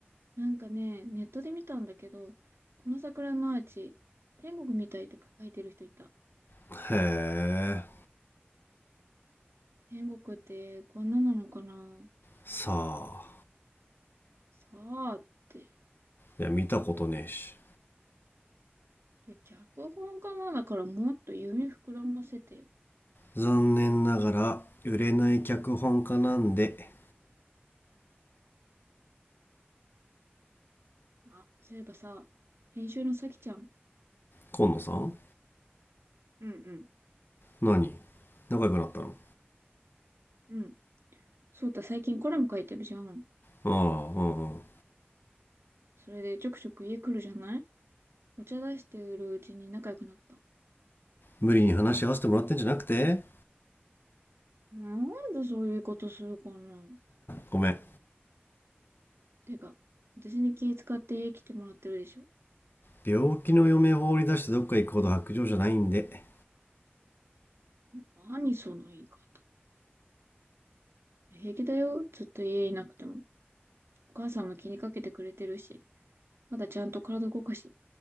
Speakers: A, on the right (about 80°); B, on the left (about 55°).
A: なんかね、ネットで見たんだけど、この桜のアーチ、天国みたいって書いてる人いた。
B: へえ
A: 天国ってこんななのかな
B: さあ
A: さあって。
B: いや見たことねえし
A: いや、脚本家なんだからもっと夢膨らませてよ。
B: 残念ながら売れない脚本家なんで
A: うんあ、そういえばさ、編集のさきちゃん。
B: 今野さん
A: うんうん。
B: 何仲良くなったの
A: うん。そうた、最近コラム書いてるじゃん。
B: ああうんうん
A: それでちょくちょく家来るじゃないお茶出してるうちに仲良くなった。
B: 無理に話し合わせてもらってんじゃなくて
A: なんでそういうことするかな
B: ごめん
A: てか、私に気遣って家来てもらってるでしょ
B: 病気の嫁放り出してどっか行くほど白状じゃないんで
A: 何その言い方。平気だよ。ずっと家いなくても。お母さんも気にかけてくれてるし。まだちゃんと体動かし。